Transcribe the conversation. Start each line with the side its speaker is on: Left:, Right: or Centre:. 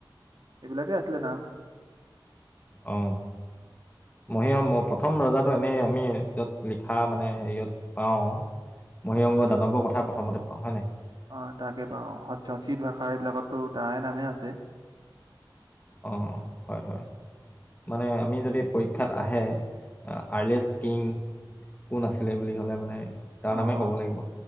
Right: এইবিলাকে আছিলে নাম
Left: অ। মহীয়ম প্ৰথম ৰজাটো এনেই আমি য'ত লিখা মানে হেৰিয়ত! পাও মহিংগ
Right: উম
Left: দানৱৰ কথা প্ৰথমতে পাওঁ হয় নাই ‌
Right: অ তাকে পাওঁ সংস্কৃত সংস্কৃত ভাষা এইবিলাকতো তাৰে নামে আছে।
Left: অ হয়, হয়! মানে আমি যদি পৰীক্ষাত আহে, আৰ্লেষ্ট কিং! কোন আছিলে বুলি, কলে মানে তাৰ
Right: অ
Left: নামে
Right: অ
Left: ক'ব লাগিব!